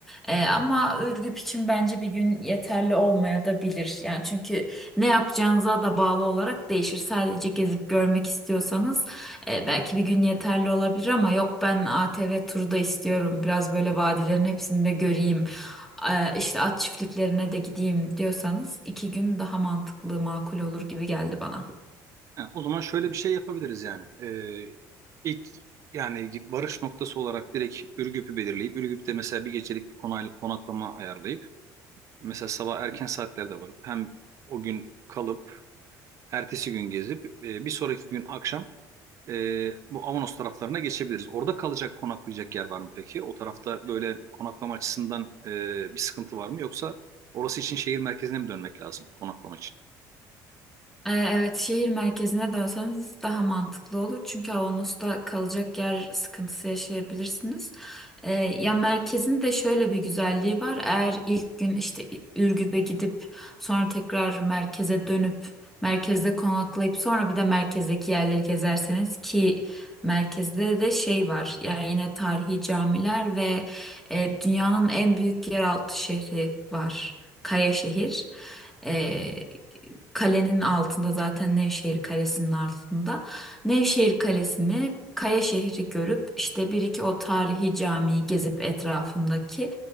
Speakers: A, in the centre; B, on the right.
A: E, ama Ürgüp için bence bir gün yeterli olmaya da bilir. Yani çünkü ne yapacağınıza da bağlı olarak değişir. Sadece gezip görmek istiyorsanız e, belki bir gün yeterli olabilir ama yok ben ATV turu da istiyorum. Biraz böyle vadilerin hepsini de göreyim e, işte at çiftliklerine de gideyim diyorsanız iki gün daha mantıklı, makul olur gibi geldi bana.
B: Ha, o zaman şöyle bir şey yapabiliriz yani. Ee, ilk yani varış noktası olarak direkt Ürgüp'ü belirleyip Ürgüp'te mesela bir gecelik bir konay- konaklama ayarlayıp mesela sabah erken saatlerde varıp hem o gün kalıp ertesi gün gezip e, bir sonraki gün akşam e, bu Avanos taraflarına geçebiliriz. Orada kalacak konaklayacak yer var mı peki? O tarafta böyle konaklama açısından e, bir sıkıntı var mı? Yoksa orası için şehir merkezine mi dönmek lazım konaklama için?
A: Ee, Evet, şehir merkezine dönseniz daha mantıklı olur. Çünkü Avanos'ta kalacak yer sıkıntısı yaşayabilirsiniz. Ee, ya merkezin de şöyle bir güzelliği var. Eğer ilk gün işte Ürgüp'e gidip sonra tekrar merkeze dönüp merkezde konaklayıp sonra bir de merkezdeki yerleri gezerseniz ki merkezde de şey var. Yani yine tarihi camiler ve e, dünyanın en büyük yeraltı şehri var. Kayaşehir. şehir. Ee, kalenin altında zaten Nevşehir Kalesi'nin altında. Nevşehir Kalesi'ni, Kaya şehri görüp işte bir iki o tarihi camiyi gezip etrafındaki